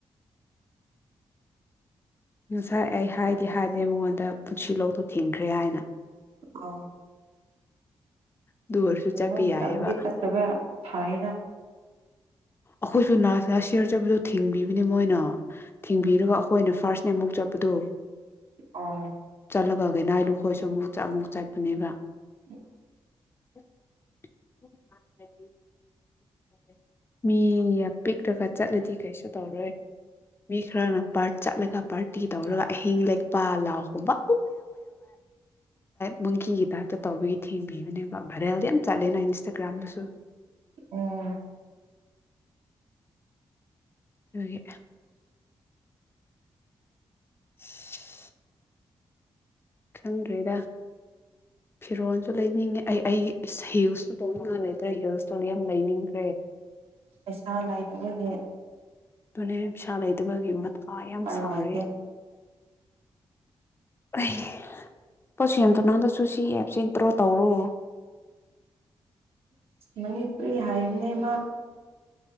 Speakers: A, on the left; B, on the right.
A: ꯉꯁꯥꯏ ꯑꯩ ꯍꯥꯏꯗꯤ ꯍꯥꯏꯕꯅꯤ ꯃꯉꯣꯟꯗ ꯄꯨꯟꯁꯤꯂꯣꯛꯇꯣ ꯊꯤꯡꯈ꯭ꯔꯦ ꯍꯥꯏꯅ
B: ꯑꯣ
A: ꯑꯗꯨ ꯑꯣꯏꯔꯁꯨ
B: ꯄꯨꯍꯪ
A: ꯆꯠꯄ
B: ꯃꯗꯉꯗꯤ
A: ꯌꯥꯏꯑꯕ
B: ꯆꯠꯇꯕ ꯊꯥꯑꯦꯒꯥ
A: ꯑꯈꯣꯏꯁꯨꯨ ꯂꯥꯁ ꯂꯥꯁꯌꯥꯔ ꯆꯠꯄꯗꯨ ꯊꯤꯡꯕꯤꯕꯅꯤ ꯃꯣꯏꯅ ꯊꯤꯡꯕꯤꯔꯒ
B: ꯎꯝ
A: ꯑꯩꯈꯣꯏꯅ ꯐꯥꯔꯁ ꯅꯃꯨꯛ ꯆꯠꯄꯗꯣ
B: ꯑꯣ
A: ꯆꯂꯒ ꯒꯦꯅꯥꯏ ꯂꯨ ꯑꯩꯈꯣꯏꯁꯨ ꯑꯃꯨꯛ ꯆꯠ ꯑꯃꯨꯛ ꯆꯠꯄꯅꯦꯕ
B: ꯎꯨ
A: <inaudible> ꯃꯤ ꯌꯥꯝ ꯄꯤꯛꯇꯒ ꯆꯠꯂꯗꯤ ꯀꯩꯁꯨ ꯇꯧꯔꯣꯏ ꯃꯤ ꯈꯔꯅ ꯆꯠꯂꯒ ꯄꯥꯔꯇꯤ ꯇꯧꯔꯒ ꯑꯍꯤꯡ ꯂꯦꯛꯄ ꯂꯥꯎꯒꯨꯝꯕ ꯃꯨꯡꯡꯀꯤꯒꯤ ꯇꯥꯏꯞꯇ ꯇꯧꯕꯒꯤ ꯊꯤꯡꯕꯤꯕꯅꯦꯕ ꯚꯥꯏꯔꯦꯜꯗꯤ ꯌꯥꯝ ꯆꯠꯂꯦꯅ ꯏꯟꯁꯇꯥꯒ꯭ꯔꯥꯝꯗꯁꯨ
B: ꯎꯨꯝ
A: ꯑꯗꯨꯒꯤ ꯁꯤꯍ ꯈꯪꯗ꯭ꯔꯦꯗ ꯐꯤꯔꯣꯜꯁꯨ ꯂꯩꯅꯤꯡꯉꯦ ꯑꯩ ꯑꯩ ꯍꯤꯜꯁꯁꯨ ꯇꯣꯡꯅꯤꯡꯉꯥꯏ ꯂꯩꯇ꯭ꯔꯦ ꯍꯤꯜꯁꯇꯣ ꯌꯥꯝ ꯂꯩꯅꯤꯡꯉꯤ
B: ꯄꯩꯁꯥ ꯂꯥꯏꯇ ꯑꯗꯨꯦ
A: ꯃꯅꯦ ꯁꯥ ꯑꯗꯕ ꯃ ꯀ ꯌꯥꯝ
B: ꯎꯄꯥꯏ
A: ꯁꯥꯔꯦ
B: ꯂꯩꯇꯦ
A: ꯑꯩ ꯄꯣꯠꯁꯨ ꯌꯥꯝꯗꯧ ꯅꯪꯗꯁꯨ ꯁꯤ ꯑꯦꯞꯁꯦ ꯗ꯭ꯔꯣ ꯇꯧꯔꯣ
B: ꯃꯅꯤꯄꯨꯔꯤ ꯍꯥꯏꯅꯦ ꯃꯥ